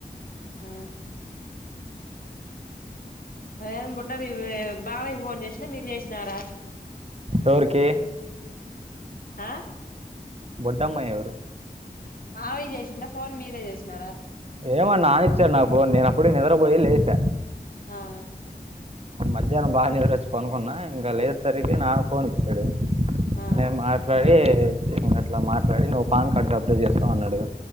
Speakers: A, on the left; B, on the right.
A: ఆ అదేం బుడ్డది బాబాయికి ఫోన్ చేసిందా మీరు చేసినారా
B: ఎవరికి
A: ఆ
B: బుడ్డ అమ్మాయి ఎవరు
A: మామయ్య చేసిన్డ ఫోన్ మీరే చేసినార
B: ఏమో నాన్నా ఇచ్చారు నాకు ఫోన్ నేను అప్పుడే నిద్రపోయి లేచా
A: ఆ
B: మధ్యాహ్నం బాగ నిదరొచ్చి పనుకున్నా ఇంక లేసే సరికి నాన్న ఫోన్ ఎత్ తెడు
A: ఆ
B: నేను మాట్లాడి ఇంకా అట్ల మాట్లాడి నువ్వు పాన్ కార్డు అప్లై చేసుకో అన్నాడు